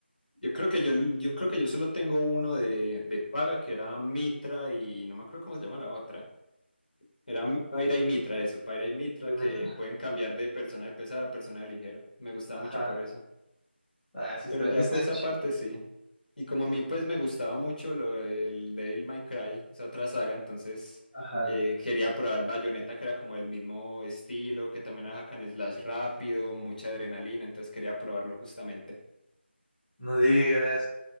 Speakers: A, on the left; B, in the centre.
A: Yo creo que yo, yo creo que yo solo tengo uno de, de paga que era Mitra y no me acuerdo cómo se llama la otra. Era Mi- Paira y Mitra, eso, Paira y Mitra
B: De Metro.
A: que pueden cambiar de persona de pesada a persona de ligero. Me gustaba
B: Ajá.
A: mucho por eso.
B: Ah, sí está,
A: Pero ya
B: está
A: pues
B: chido.
A: aparte sí. Y como a mí pues me gustaba mucho lo del Devil May Cry, esa otra saga, entonces
B: Ajá.
A: eh, quería probar Bayonetta que era como el mismo estilo, que también era hack and slash rápido, mucha adrenalina, entonces quería probarlo justamente.
B: No digas.